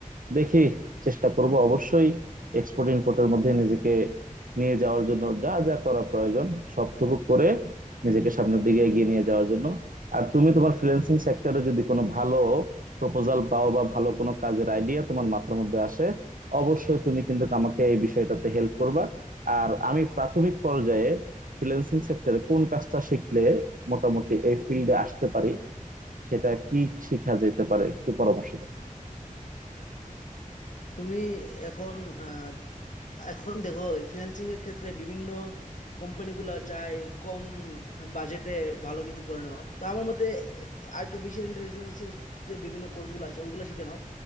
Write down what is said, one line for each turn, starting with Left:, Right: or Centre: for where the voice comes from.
Right: দেখি চেষ্টা করব অবশ্যই এক্সপোর্ট ইমপোর্টের মধ্যে নিজেকে নিয়ে যাওয়ার জন্য যা যা করা প্রয়োজন সবটুকু করে নিজেকে সামনের দিকে এগিয়ে নিয়ে যাওয়ার জন্য আর তুমি তোমার ফ্রিল্যান্সিং সেক্টরে যদি কোনো ভালো প্রপোজাল পাও বা ভালো কোনো কাজের আইডিয়া তোমার মাথার মধ্যে আসে অবশ্যই তুমি কিন্তু আমাকে এই বিষয়টাতে হেল্প করবা আর আমি প্রাথমিক পর্যায়ে ফ্রিল্যান্সিং সেক্টরে কোন কাজটা শিখলে মোটামুটি এই ফিল্ডে আসতে পারি সেটা কি শিখা যেতে পারে একটু পরামর্শ দাও
Left: তুমি এখন আহ, এখন দেখো ফ্রিল্যান্সিং এর ক্ষেত্রে বিভিন্ন কোম্পানিগুলো চায় কম বাজেটে ভালো কিছু করে নেওয়ার তো আমার মতে আর্টিফিশিয়াল ইন্টেলিজেন্সের যে বিভিন্ন কোর্সগুলো আছে ওইগুলো শিখে নাও